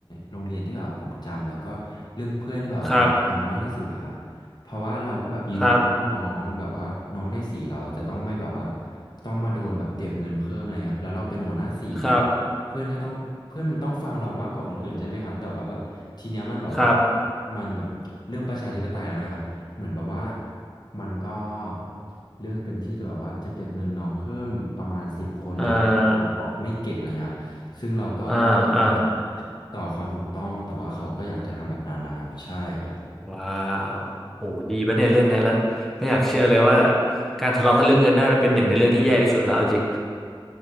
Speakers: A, on the left; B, in the centre.
A: โรงเรียนที่แบบว่าผมจำแล้วก็เรื่องเพื่อนที่แบบว่าผมจำมากที่สุดอะครับ
B: ครับ
A: เพราะว่าเราก็แบบยืนหยัดเพื่อน้องแบบว่าน้องในสีเราจะต้องไม่แบบว่า
B: ครับ
A: ต้องมาโดนแบบเก็บเงินเพิ่มอะไรครับแล้วเราเป็นหัวหน้าสี
B: ครับ
A: เพื่อนก็ต้องเพื่อนมันต้องฟังเรามากกว่าคนอื่นใช่ไหมครับแต่ว่าแบบทีเนี้ยมันแบบว่า
B: ครับ
A: มันแบบเรื่องประชาธิปไตยแล้วไงครับเหมือนแบบว่ามันก็เลือกกันที่จะแบบว่าจะเก็บเงินน้องเพิ่มประมาณสิบคนและอีกห้าคนบอกไม่เก็บอะไรเงี้ยครับซึ่งเราก็
B: อ่าอ่าอ่า
A: อยากต่อความถูกต้องแต่ว่าเขาก็อยากจะทำแบบนั้นนะครับใช่ครับ
B: ว้าวโอ้ดีปะเนี่ยเรื่องเนี้ยแล้วไม่อยากเชื่อเลยว่าการทะเลาะกันเรื่องเงินน่าจะเป็นหนึ่งในเรื่องที่แย่ที่สุดแล้วเอาจริง